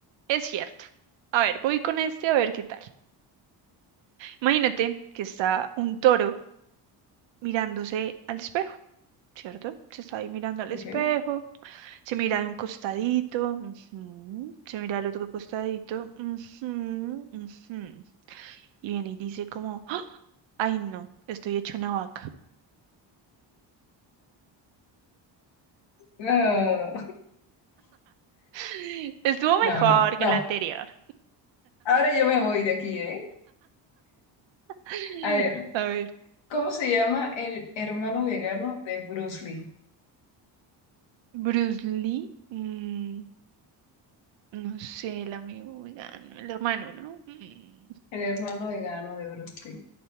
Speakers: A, on the right; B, on the left.
A: es cierto. A ver, voy con este a ver qué tal. Imagínate que está un toro mirándose al espejo. ¿cierto? Se está ahí mirando al espejo,
B: Ok.
A: se mira de un costadito, ujú, se mira al otro costadito, ujú, ujú, y viene y dice como, ¡Ah! ay no, estoy hecho una vaca.
B: No,
A: <laughs> Estuvo mejor
B: no, no,
A: que
B: no.
A: la anterior.
B: Ahora yo me voy de aquí, ¿eh?
A: <laughs>
B: A ver,
A: A ver,
B: ¿cómo se llama el hermano vegano de Bruce Lee?
A: Bruce Lee, mm, no sé, el amigo vegano, el hermano, ¿no? Mm,
B: El hermano vegano de Bruce Lee.